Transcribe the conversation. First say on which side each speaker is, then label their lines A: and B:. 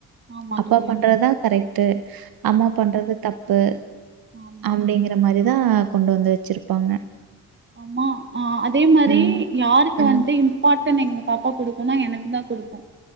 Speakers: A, on the right (about 30°); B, on the right (about 65°).
A: ஆமா
B: அப்பா
A: தோழி.
B: பண்றதுதா கரெக்ட்டு அம்மா
A: ஆமா,
B: பண்றது தப்பு
A: ஆமா.
B: அப்டிங்க அந்த மாரிதா கொண்டு வந்து வச்சிருப்பாங்க
A: அமா அமா ஆ அதே மாரி
B: ம்.
A: யாருக்கு
B: ம்.
A: வன்ட்டு இம்பார்ட்டன் எங்க பாப்பா குடுக்குனா எனக்குதா குடுக்கு